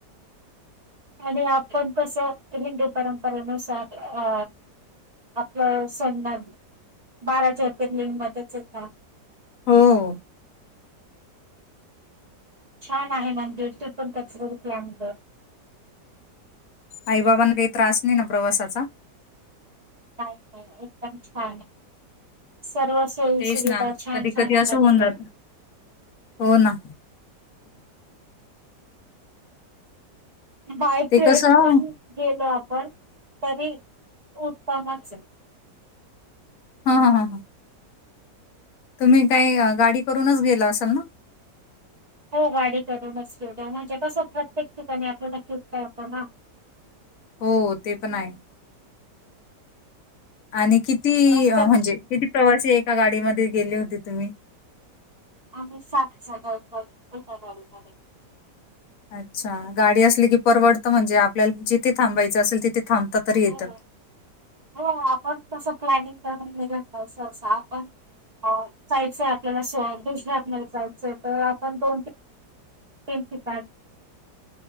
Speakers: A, on the right (about 40°); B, on the left (about 65°).
A: आणि आपण कसं हिंदू परंपरेनुसार अ आपलं सणना बारा जते मदच होेत
B: हो.
A: छान आहे मंदिर तू पण कचरकलागत..
B: आई बाबांना काही त्रास नाही ना प्रवासाचा.
A: एकदम छान आहे. सर्व सोयी
B: तेच
A: सुविधा
B: ना
A: छान
B: कधी
A: छान
B: कधी
A: आहेता
B: असं होऊन
A: तिके.
B: जात हो ना
A: बाय
B: ते
A: ट्रेन
B: कसं
A: पण गेलं. पण तरी उत्तमच.
B: हा हा हा ह. तुम्ही काही गाडी करूनच गेलं असाल ना.
A: हो गाडी करून म म्हणजे कसं प्रत्येक ठिकाणी आपला नत होता ना.
B: हो ते पण आहे. आणि किती
A: रस्त्यात
B: म्हणजे किती प्रवासी एका गाडीमध्ये गेले होते तुम्ही.
A: आ् सातच्या नौकर एठ गाडी झा..
B: अच्छा गाडी असली की परवडत म्हणजे आपल्याला जिथे थांबायचं असेल तिथे ता तरी येत.
A: हो हो आपण तस प्लॅनिंग करून निघ <unintelligible> आपण जायचंय आपल्याला स दुसरं आपल्याला जायचंय तर आपण दोन तीन तेची <unintelligible>